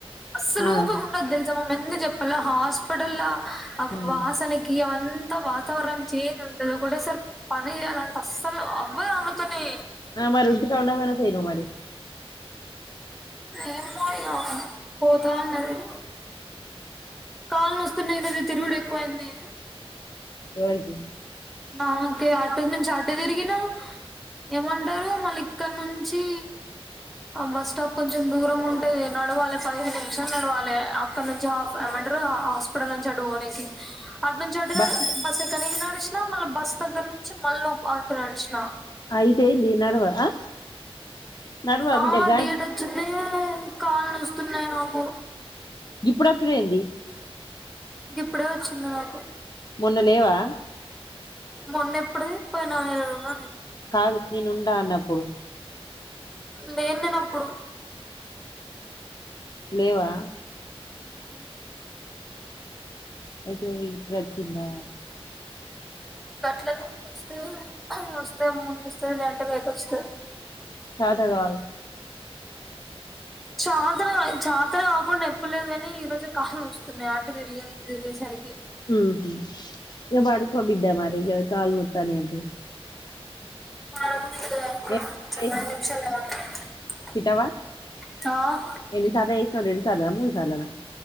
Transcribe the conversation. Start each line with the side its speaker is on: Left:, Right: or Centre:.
Centre: అసల్
Left: ఆ
Centre: ఓపిక ఉండదు తెలుసా మ ఎందు చెప్పాల హాస్పిటల్ లా ఆ
Left: ఉమ్
Centre: వాసనకి అంత వాతవరణం చేంజ్ ఉంటదు ఒకేసారి పని చేయాలంటే అస్సలు అవ్వదు అమ్ముతునే
Left: మారి ఇంటికాడ లెదు మరి
Centre: ఏమో ఇగ పోతన్నది కళ్ళు నస్తున్నాయి నాకి తిరుగుడు ఎక్కువ అంది
Left: ఎవరికీ
Centre: నాకే ఆటో నుంచి ఆటో తిరిగిన ఏమంటారు మళ్ళ ఇక్కడ నుంచి ఆ బస్ స్టాప్ కొంచం దూర ఉంటేది నడవాలి పదిహేను నిమిషాలు నడవాలి అక్కడ నుంచి హాఫ్ అమంటారు హాస్పిటల్ నుంచి అడుని అటునుంచు అంటుగానే
Left: బట్
Centre: బస్సు ఎక్కనికి నడిసిన మళ్ళీ బస్సు దగ్గర నుంచి మళ్ళు <unintelligible> నడిచిన
Left: అయితే ఏంది నడవ ఆ నడవ
Centre: ఆ
Left: బిడ్డ గా
Centre: డేట్ వచ్చింది కాలు నుూస్తున్నాయి నాకు
Left: ఇప్పుడు వచ్చుడేంది
Centre: ఇప్పుడే వచ్చింది నాకు
Left: మొన్న లేవా
Centre: మొన్న ఎప్పుడుది పోయిన ఉన్నా నేను
Left: కాదు నేను ఉండా అన్నప్పుడు
Centre: లేను నేను అప్పుడు
Left: లేవా
Centre: ఉహు
Left: అయితే ఇప్పుడు వచ్చిందా
Centre: గట్లనే వస్తా వస్తే ముందు వస్తది లేదంటే లేట్ వస్తది
Left: చాతగాదు
Centre: చాతన చాతన కాకుండా ఎప్పుడు లేదు కాని ఈ రోజే కాలు నొస్తున్నాయి అటు తిరిగి ఇటు తిరిగే సరికి
Left: ఉహు ఇగా పడుకో బిడ్డ మరి కాలు నోత్తనాయంటివి
Centre: <unintelligible>
Left: ఏ తిట్టవా
Centre: ఆ
Left: ఎన్నిసార్లు రెండు సాల మూడు సాలనా